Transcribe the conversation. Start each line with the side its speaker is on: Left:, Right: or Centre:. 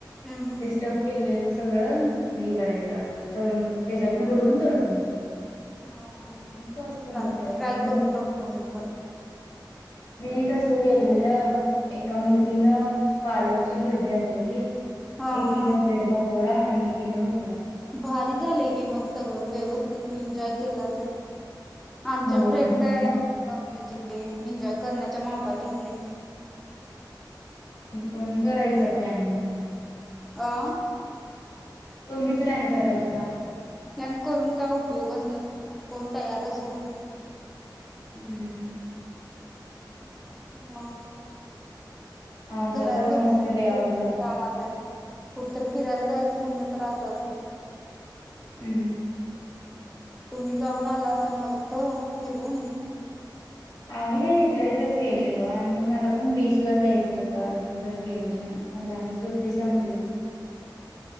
Centre: हम्म हम्म
Left: ते स्टफ केलेलं सगळं म हे करायचं आपन. तळून त्याच्यातनं बुडवून तळून घ्यायचं.
Centre: हा हा.
Left: सॉस संग
Centre: चालते
Left: खायचं
Centre: ट्राय करून
Left: मी
Centre: बघतो मी पण.
Left: मी तसं केलेलं एका
Centre: हम्म
Left: मुलगीनं पालकची भजी आणलेली
Centre: हा
Left: एकीनं
Centre: हा
Left: ब्रेड पकोडा आणि एकीनं ढोकला
Centre: भारी झालेय की मग सगळं व्यव तिथ एन्जॉय केला सा की आमच्या
Left: होय
Centre: फ्रेंड
Left: मग
Centre: काय म्हणजे? हे एन्जॉय करण्याच्या मापाचेच नाइत
Left: तुम्ही करायचा प्लॅन मग
Centre: आ
Left: तुम्ही प्लॅन करायचा?
Centre: प्लॅन करून काय उपयोगच नसतोय कोण तयारच होत नाही
Left: हम्म
Centre: मग
Left: आमचा
Centre: घरात
Left: तर मस्त
Centre: बस
Left: डे आउट
Centre: कंटाळा
Left: झाला
Centre: आलाय कुठतरी फिरायला जायचं म्हटलं तर असं असतय
Left: हम्म
Centre: तुम्ही जाऊन आला असा मस्त फिरून
Left: आम्ही काय हितल्यां हितच गेलेलो आम्ही मला पण बीचला जायचं होतं अजून तर गेलोच नाही झाली सुट्टी संपली